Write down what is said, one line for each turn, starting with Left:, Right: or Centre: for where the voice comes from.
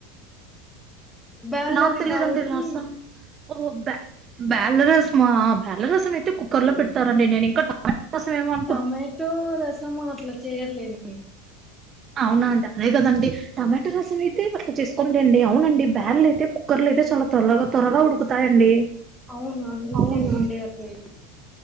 Centre: బ్యాల్లది
Right: నాకు తెలియదండి
Centre: కాబట్టి
Right: రసం ఓ బ్యాల్ల రసమా బ్యాల్ల రసం అయితే కుక్కర్లో పెడ్తారండి నేను ఇంకా టమాటా రసం ఏమో అనుకుంట
Centre: టమాటో రసం అట్లా చెయ్యర్లేండి
Right: అవున అండ అదే గదండి టమెటా రసం అయితే అట్లా చేస్కోని లెండి అవునండి బ్యాన్లు అయితే కుక్కర్లు అయితే చాలా తోల్లగా తోరగా ఉడుకుతాయండి.
Centre: అవును అందుకేనండి
Right: అవున
Centre: అట్లా